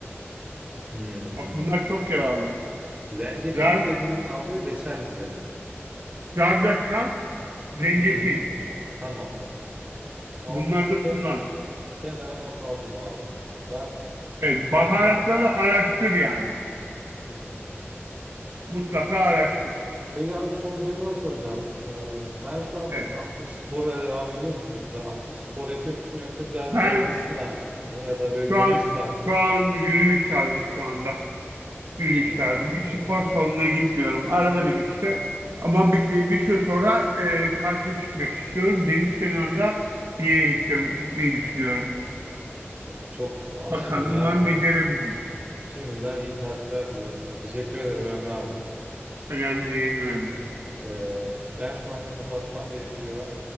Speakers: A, on the right (about 30°); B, on the right (about 80°).
A: Hmm.
B: Bak bunlar çok yararlı.
A: Zencefil
B: Zer-
A: mi dedin abi, reçel mi dedin?
B: Zerdeçal, zencefil.
A: Hmm. Tamam. Al
B: Bunları da
A: kenar,
B: kullan.
A: kenara not aldım abi. Ben
B: Evet,
A: ya
B: baharatları araştır yani.
A: hmm.
B: Mutlaka araştır.
A: Peki abi son bir şey daha soracağım. Ee, sen şu an
B: Evet.
A: peki aktif spora devam ediyor musun yoksa aktif spor yapıyor musun yoksa birazcık
B: Ben
A: daha besin ağırlık mı ya da böyle yürüyüş
B: şu an
A: tarzı mı?
B: şu an yürüyüş tarzı şu anda. Yürüyüş
A: En iyisi
B: tarzı.
A: abi
B: Bir spor
A: ya.
B: salonuna gitmiyorum. Arada bir işte. Ama bir, bir, bir süre sonra e, tatile çıkmak istiyorum. Deniz kenarında bir yere gideceğim, gitmeyi düşünüyorum.
A: O çok aa,
B: Bakalım
A: şimdiden
B: umarım becerebilirim.
A: Şimdiden iyi tatiller diliyorum sana. Teşekkür ederim Emre abi.
B: Önemli değil, önemli değil.
A: Ee, ben şu anda kapatmam gerekiyor.